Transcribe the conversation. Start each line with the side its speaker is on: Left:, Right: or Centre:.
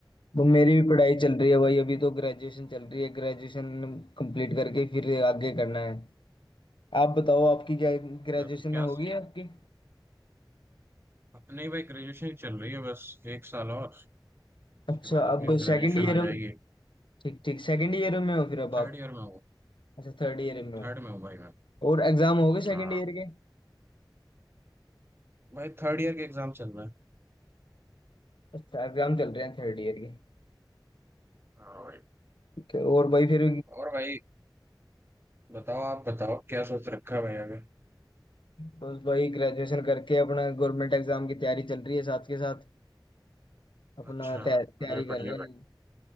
Left: ब- मेरी भी पढ़ाई चल रही है भाई अभी तो ग्रेजुएशन चल रही है ग्रेजुएशन कंप्लीट करके फिर आगे करना है आप बताओ आपकी क्या ग्रेजुएशन
Right: क्या तो क्या
Left: में होगी आपकी
Right: अपनी भाई ग्रेजुएशन चल रही है बस एक साल और
Left: अच्छा
Right: उसके बाद
Left: अब
Right: अपनी भी ग्रेजुएशन
Left: सेकंड ईयर
Right: हो जाएगी
Left: ठीक ठीक सेकंड ईयर में हो फिर अब आप
Right: थर्ड ईयर में हूँ
Left: अच्छा थर्ड ईयर में हो
Right: थर्ड में हूँ भाई मैं
Left: और एग्जाम हो गए सेकंड
Right: हाँ
Left: ईयर के
Right: भाई थर्ड ईयर के एग्जाम चल रहे हैं
Left: अच्छा एग्जाम चल रहे हैं थर्ड ईयर के
Right: हाँ भाई
Left: ठीक है और भाई फिर
Right: और भाई बताओ आप बताओ क्या सोच रखा है भाई आगे
Left: बस भाई ग्रेजुएशन करके अपना गवर्नमेंट एग्जाम की तैयारी चल रही है साथ के साथ अपना
Right: अच्छा
Left: तै- तैयारी
Right: अरे बढ़िया
Left: कर रहे
Right: भाई
Left: हैं